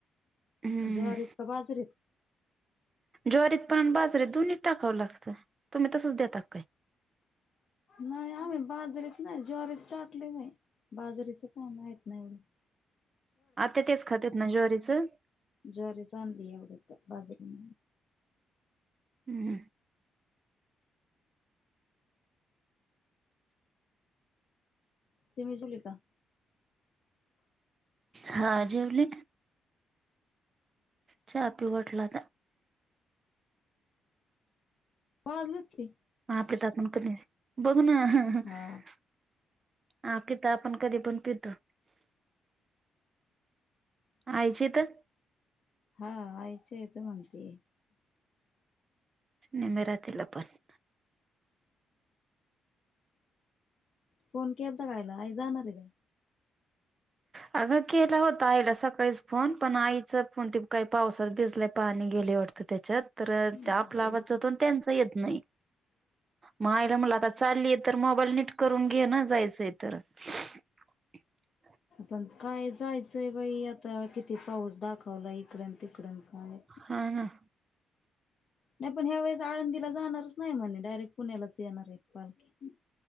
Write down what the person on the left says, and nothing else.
जवारीत का बाजरीत?
नाही आम्ही बाजरीत नाही, ज्वारीत टाकलेले बाजरीेच काय माहीत नाही एवढं
ज्वारी चांगली एवढ तर बाजारी
जिमि जेवलीका?
वाजलत किती?
हा
हा आयच्या इथं म्हणते.
फोन केलता का आईला आई जाणार आहे काय.
काय?
अरे
पण काय जायचंय बाई आता किती पाऊस दाखवला इकडन तिकडन काय.
नाही पण ह्या वेळेस आळंदीला जाणारच नाही म्हणे डायरेक्ट पुण्यालाच येणार आहे. पालखी